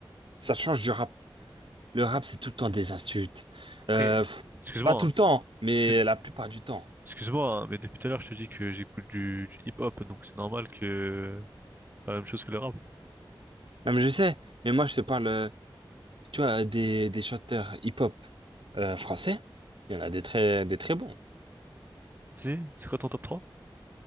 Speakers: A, on the right; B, on the right.
A: ça change du rap. Le rap, c'est tout le temps des insultes.
B: après,
A: Euh, pff,
B: excuse-moi,
A: pas tout
B: hein.
A: le temps, mais
B: Excuse-
A: la plupart du temps.
B: excuse-moi, hein, mais depuis tout à l'heure je te dis que j'écoute du, du hip-hop, donc c'est normal que pas la même chose que le rap.
A: Non, mais je sais, mais moi, je te parle, euh, tu vois, des, des chanteurs hip-hop euh, français. Il y en a des très, des très bons.
B: Si, c'est quoi ton top trois